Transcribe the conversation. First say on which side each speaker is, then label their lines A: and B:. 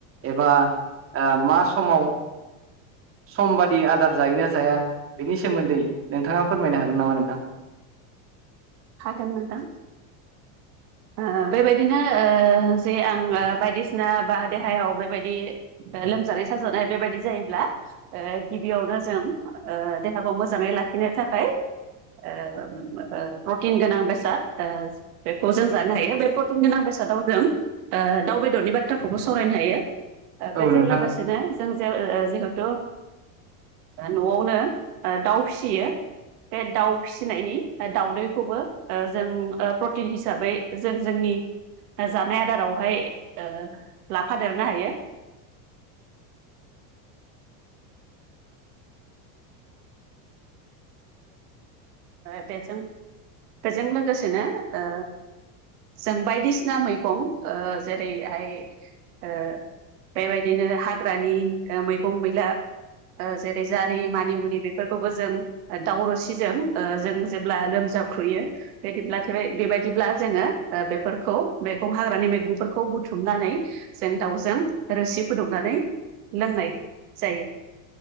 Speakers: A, on the right (about 30°); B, on the right (about 80°).
A: एबा ओ मा समाव
B: <inaudible>
A: सम बादि आदार जायोना जाया बिनि सोमोन्दै नोंथाङा फोरमायनो हागोन नामा नोंथां?
B: हागोन नोंथां ओ बेबायदिनो ओ जे आङो बायदिसिना बा देहायाव बेबायदि लोमजानाय साजानाय बेबायदि जायोब्ला ओ गिबियावनो जों ओ देहाखौ मोजाङै लाखिनो थाखाय ओ ओ प्रटिन गोनां बेसाद ओ बेखौ जों जानो हायो बे प्रटिन गोनां बेसादाव जों ओ दाउ बेदरनि बाथ्राखौबो सावरायनो हायो। ओ
A: औ
B: बेजों
A: नोंथां
B: लोगोसेनो जों जे जिहेथु ओ न'आवनो दाउ फिसियो। बे दाउ फिसिनायनि दाउदैखौबो ओ जों ओ प्रटिन हिसाब साबै जों जोंनि जानाय आदारावहाय ओ लाफादेरनो हायो। <inaudible> ओ बेजों बेजों लोगोसेनो ओ जों बायदिसिना मैगं ओ जेरैहाय ओ बेबायदिनो हाग्रानि ओ मैगं मैला ओ जेरै जारि मानिमुुलि बेफोरखौबो जों दावरावसिजों ओ जों जेब्ला लोमजाख्रुयो बेदिब्ला बेबायदिब्ला जोङो ओ बेफोरखौ मैगं हाग्रानि मैगंफोरखौ बुथुमनानै जों दाउजों रोसि फुदुंनानै लोंनाय जायो।